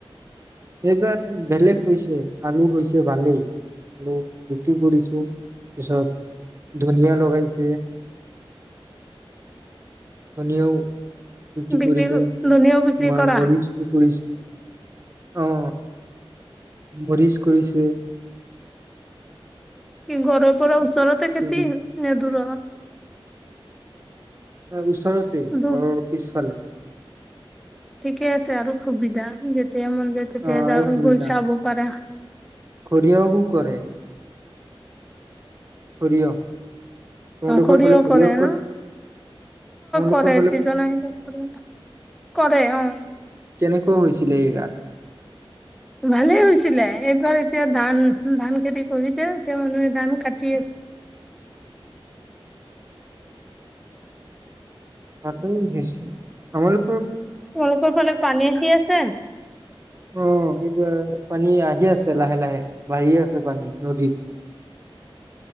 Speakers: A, on the right (about 30°); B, in the centre.
A: এইবাৰ বেলেগ হৈছে আলু হৈছে ভালেই আলু বিক্ৰী কৰিছো তাৰ পিছত ধনিয়া লগাইছে ধনও ফৰ্তি
B: বিক্ৰী
A: কৰিলো
B: ধনীয়াও
A: তোমাৰ
B: বিক্ৰী কৰা?
A: মৰিচ পু আহ মৰিচ কৰিছে
B: কি ঘৰ পৰা চৰতে
A: চব-
B: খেতি ন দুৰত
A: অ ওচৰতেই ম
B: দূৰ
A: পিছফালে
B: ঠিকে আছে আৰু সুবিধা তিয়া মন্দে তেতিয়া
A: অ' আৰু
B: য
A: সুবিধা
B: গৈ চাব পাৰা
A: সৰিয়হো কৰে সৰিয়হ তোমালোকৰ
B: খৰিও
A: ফালে সৰিয়হ
B: কৰে ন
A: তোমালোকৰ
B: কৰে
A: ফালে
B: চিজিল কৰে কৰে অ
A: কেনেকুৱা হৈছিলে এইবাৰ
B: ভালেই হৈছিলে এইবাৰ এতিয়া ধান ধান খেতি কৰিছে এতিয়া মানুহে ধান কাটি আছে
A: সট গেছ আাৰ
B: তোমলোকৰ ফালে পানী আহি আছে <inaudible>
A: অ এইতি পানী আহি আছে লাহে লাহে বাঢ়িয়ে আছে পানী নদীত